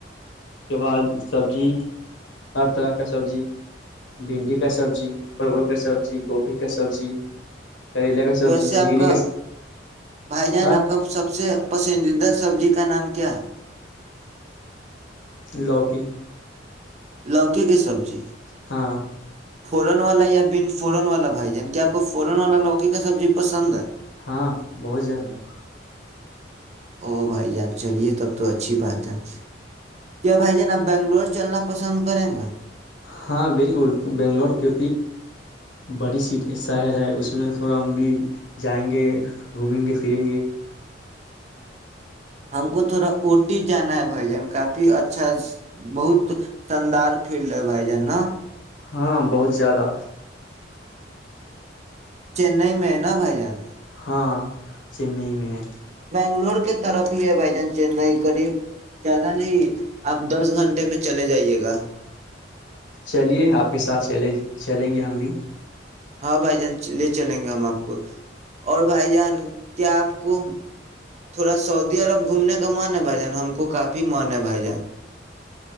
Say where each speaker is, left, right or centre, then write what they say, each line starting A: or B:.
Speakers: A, on the left; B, on the right.
A: اس کے بعد سبزی ہر طرح کا سبزی بھنڈی کا سبزی پرول کا سبزی گوبھی کا سبزی کریلا کا سبزی
B: ویسے
A: جھگنی
B: آپ کا بھائی جان
A: ہر
B: آپ کا سب سے پسندیدہ سبزی کا نام س کیا <inaudible>
A: لوکی
B: لوکی کی سبزی
A: ہاں <inaudible>
B: فورن والا یا بینس فورن والا بھائی جان کیا کو فوران والا لوکی کا سبزی پسند ہے
A: ہاں بہت جیادہ
B: او بھائی جان چلیے تب تو اچھی بات ہے کیا بھائی جان آپ بنگلور چلنا پسند کریں گے
A: ہاں بالکل بنگلور کے بڑی س شہر ہے اس میں تھوڑا ہم بھی جائیں گے گھومیں گے پھریں گے
B: ہم کو تھوڑا اوٹی جانا ہے بھائی جان کافی اچھا بہت شاندار فیلڈ ہے بھائی جان نا
A: ہاں بہت زیادہ
B: چنئی میں ہے نا بھائی جان
A: ہاں چنئی میں ہے
B: فلور کے طرف ہی ہے بھائی جان چنئی قریب زیادہ نہیں آپ دس گھنٹے میں چلے جائیے گا
A: چلیے آپ کے ساتھ چلے چلیں گے ہم بھی
B: ہاں بھائی جان لے چلیں گے ہم آپ کو اور بھائی جان کیا آپ کو تھوڑا سعودی عرب گھومنے کا من ہے بھائی جان ہم کو کافی من ہے بھائی جان